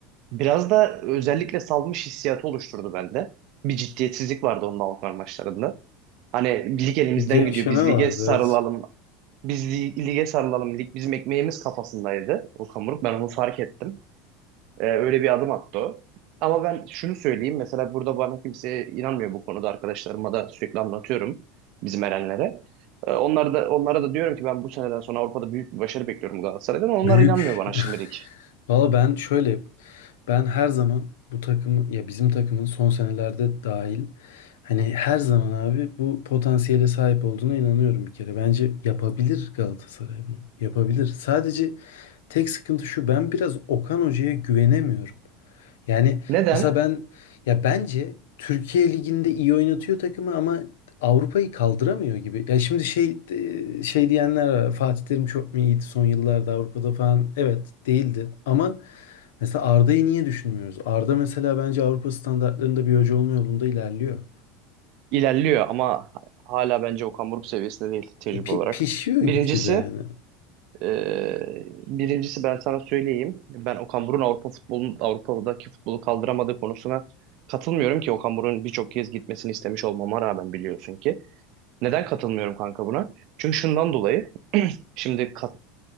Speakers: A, on the right; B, on the left.
A: biraz da özellikle salmış hissiyatı oluşturdu bende. Bir ciddiyetsizlik vardı onun Avrupa maçlarında. Hani lig elimizden
B: Bir gevşeme
A: gidiyor. Biz
B: vardı
A: lige sarılalım.
B: evet.
A: Biz li- lige sarılalım. Lig bizim ekmeğimiz kafasındaydı Okan Buruk. Ben onu fark ettim. Ee, öyle bir adım attı o. Ama ben şunu söyleyeyim. Mesela burada bana kimse inanmıyor bu konuda. Arkadaşlarıma da sürekli anlatıyorum. Bizim erenlere. Ee, onlar da, onlara da diyorum ki ben bu seneden sonra Avrupa'da büyük bir başarı bekliyorum Galatasaray'dan. Onlar
B: Büyük
A: inanmıyor bana şimdilik.
B: Valla ben şöyle ben her zaman bu takımı ya bizim takımın son senelerde dahil hani her zaman abi bu potansiyele sahip olduğuna inanıyorum bir kere. Bence yapabilir Galatasaray bunu. Yapabilir. Sadece tek sıkıntı şu ben biraz Okan Hoca'ya güvenemiyorum. Yani
A: Neden?
B: mesela ben ya bence Türkiye Ligi'nde iyi oynatıyor takımı ama Avrupa'yı kaldıramıyor gibi. Ya şimdi şey e, şey diyenler var. Fatih Terim çok mu iyiydi son yıllarda Avrupa'da falan? Evet, değildi ama Mesela Arda'yı niye düşünmüyoruz? Arda mesela bence Avrupa standartlarında bir hoca olma yolunda ilerliyor.
A: İlerliyor ama hala bence Okan Buruk seviyesinde değil tecrübe
B: E, pi-
A: olarak.
B: pişiyor
A: Birincisi
B: gitgide yani.
A: Ee, birincisi ben sana söyleyeyim. Ben Okan Buruk'un Avrupa futbolun Avrupa'daki futbolu kaldıramadığı konusuna katılmıyorum ki Okan Buruk'un birçok kez gitmesini istemiş olmama rağmen biliyorsun ki. Neden katılmıyorum kanka buna? Çünkü şundan dolayı şimdi kat,